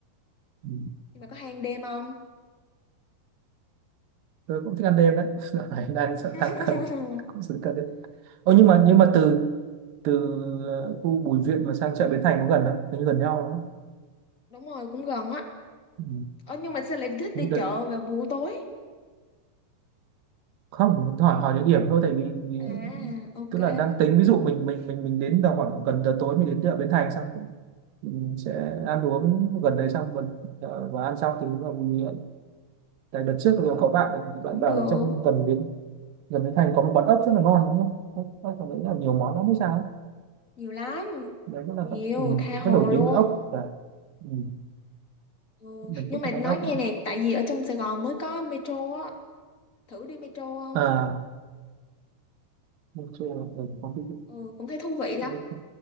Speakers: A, on the right; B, on the left.
A: ừ.
B: nhưng mà có hang đêm không
A: tôi cũng thích ăn đêm đấy <laughs> Dạo này đang sợ
B: <laughs>
A: tăng cân cũng sự cân đấy Ô, nhưng mà nhưng mà từ từ ờ, khu Bùi Viện mà sang chợ Bến Thành có gần không hình như gần nhau đúng không
B: đúng rồi cũng gần á
A: ừ.
B: ờ, nhưng mà sao lại thích
A: Những
B: đi
A: đợt
B: chợ vào buổi tối
A: không hỏi hỏi địa điểm thôi tại vì
B: à
A: ờ,
B: ok
A: tức là đang tính ví dụ mình mình mình mình đến vào khoảng gần giờ tối mình đến chợ Bến Thành xong ừ, mình sẽ ăn uống gần đấy xong gần ờ, và ăn xong thì vào Bùi Viện tại đợt trước rồi có
B: Ừ,
A: bạn bạn
B: cũng
A: bảo
B: được
A: là trong gần bến gần bến thành có một quán ốc rất là ngon đúng không ốc còn nghĩ là nhiều món lắm hay sao ấy.
B: nhiều lắm
A: đấy rất là
B: nhiều
A: ừ,
B: tha hồ
A: rất nổi
B: luôn
A: tiếng với ốc và ừ,
B: ừ.
A: mình
B: nhưng
A: cũng
B: mà
A: thích
B: nói
A: ăn ốc
B: nghe
A: nữa
B: này tại vì ở trong Sài Gòn mới có metro á thử đi metro không
A: à mình chưa ừ, có cái
B: ừ cũng thấy thú vị lắm
A: ừ,